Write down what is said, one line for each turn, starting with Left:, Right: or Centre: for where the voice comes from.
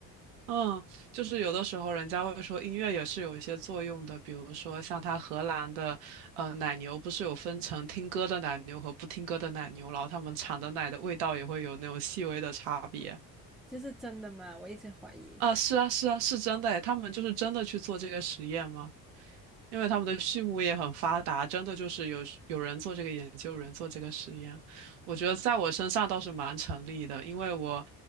Right: 嗯，就是有的时候人家会说音乐也是有一些作用的，比如说像它荷兰的呃奶牛，不是有分成听歌的奶牛和不听歌的奶牛，然后他们产的奶的味道也会有那种细微的差别。
Centre: 这是真的吗？我一直怀疑。
Right: 啊，是啊，是啊，是真的诶，他们就是真的去做这个实验吗？因为他们的畜牧业很发达，真的就是有有人做这个研究，有人做这个实验。我觉得在我身上倒是蛮成立的，因为我